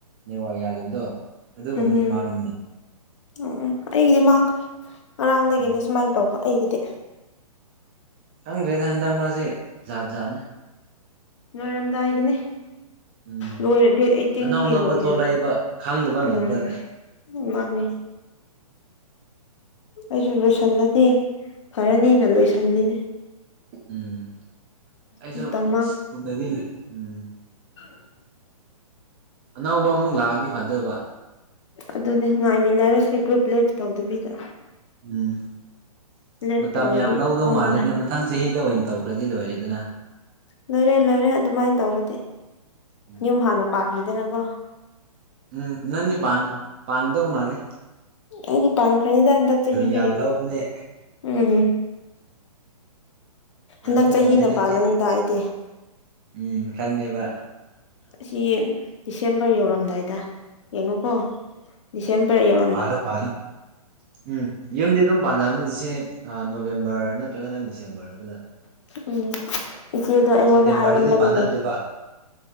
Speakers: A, on the right; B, on the left.
A: ꯅꯦꯋꯥꯔ ꯌꯥꯗꯕꯗꯣ ꯑꯗꯨꯒꯨꯝꯕꯅꯤ
B: ꯎꯝ
A: ꯃꯥꯡꯕꯅꯤ
B: ꯎꯝ ꯑꯩꯒꯤꯗꯤ ꯃꯥꯡꯈ꯭ꯔꯦ ꯉꯔꯥꯡꯗꯒꯤꯅꯤ
A: ꯎꯝ
B: ꯁꯨꯃꯥꯏꯅ ꯇꯧꯕ ꯑꯩꯒꯤꯗꯤ
A: ꯈꯪꯗ꯭ꯔꯦꯗ ꯍꯟꯗꯛ ꯃꯔꯁꯤ ꯖꯥꯠ ꯖꯥꯠꯅꯤ
B: ꯂꯣꯏꯔꯝꯗꯥꯏꯒꯤꯅꯤ
A: ꯎꯝ
B: ꯂꯣꯏꯔꯦ ꯗꯦꯠ ꯑꯩꯠꯇꯤꯟꯒꯤ
A: ꯑꯅꯧ ꯑꯅꯧꯕ
B: ꯂꯣꯏꯔꯦ
A: ꯊꯣꯛꯂꯛꯏꯕ ꯈꯪꯗꯕ
B: ꯎꯝ
A: ꯉꯥꯛꯇ
B: ꯎ ꯃꯥꯅꯤ ꯑꯩꯁꯨ ꯂꯣꯏꯁꯜꯂꯗꯤ ꯐꯔꯅꯤꯅ ꯂꯣꯏꯁꯜꯂꯤꯅꯦ
A: ꯎꯝ ꯑꯩꯁꯨ
B: ꯃꯇꯝ
A: ꯑꯁ ꯄꯨꯡꯗꯗꯤ ꯎꯝ
B: ꯎ
A: ꯑꯅꯧꯕ ꯑꯃꯨꯛ ꯂꯥꯛꯑꯗꯤ ꯐꯗꯕ
B: ꯑꯗꯨꯗꯤ ꯉꯥꯏꯃꯤꯟꯅꯔꯁꯦ ꯒ꯭ꯔꯨꯞ ꯂꯦꯞ ꯇꯧꯗꯕꯤꯗ
A: ꯎꯝ
B: ꯂꯦꯞ
A: ꯃꯇꯝ
B: ꯇꯧꯔꯗꯤ
A: ꯌꯥꯝ ꯂꯧꯗꯧ
B: ꯈꯪꯕ꯭ꯔꯥ
A: ꯃꯥꯜꯂꯦꯅꯦ ꯃꯊꯪ ꯆꯍꯤꯗ ꯑꯣꯏꯅ ꯇꯧꯈ꯭ꯔꯗꯤ ꯂꯣꯏꯔꯦꯗꯅ
B: ꯂꯣꯏꯔꯦ ꯂꯣꯏꯔꯦ ꯑꯗꯨꯃꯥꯏꯅ ꯇꯧꯔꯗꯤ
A: ꯎꯝ
B: ꯌꯨꯝ ꯍꯥꯟꯅ ꯄꯥꯟꯝꯈꯤꯗꯅꯀꯣ
A: ꯎꯝ ꯅꯅꯤ ꯄꯥꯡ ꯄꯥꯡꯥꯡꯗꯧ ꯃꯥꯅꯦ
B: ꯑꯩꯗꯤ ꯄꯥꯟꯈ꯭ꯔꯅꯤꯗ ꯍꯟꯗꯛ ꯆꯍꯤꯗꯒꯤ
A: ꯌꯥꯝ ꯂꯧꯕꯅꯦ
B: ꯎꯝꯝ
A: ꯄꯥꯟꯗꯧ
B: ꯍꯟꯗꯛ ꯆꯍꯤꯅ
A: ꯃꯥꯜꯂꯦ ꯅꯪꯗꯤ
B: ꯄꯥꯜꯂꯅꯤꯗ ꯑꯩꯗꯤ
A: ꯎꯝ ꯈꯪꯉꯦꯕ
B: ꯑꯁꯤ ꯗꯤꯁꯦꯝꯕꯔ ꯌꯧꯔꯝꯗꯥꯏꯗ ꯌꯦꯡꯉꯨꯀꯣ ꯗꯤꯁꯦꯝꯕꯔ ꯌꯧ
A: ꯄꯥꯜꯂꯣ ꯄꯥꯜꯂꯣ ꯎꯝ ꯌꯨꯝꯗꯤ ꯑꯗꯨꯝ ꯄꯥꯅꯕꯅꯤꯗꯤ ꯁꯤ ꯅꯣꯕꯦꯝꯕꯔ ꯅꯠꯇ꯭ꯔꯒꯅ ꯗꯤꯁꯦꯝꯕꯔ ꯑꯗꯨꯗ
B: ꯎꯝ ꯏꯆꯦꯗꯣ ꯑꯩꯉꯣꯟꯗ
A: ꯁꯦꯞꯇꯦꯝꯕꯔꯗꯗꯤ
B: ꯍꯥꯏꯔꯝꯕꯅꯤꯅꯦ
A: ꯄꯥꯟꯅꯗꯦꯕ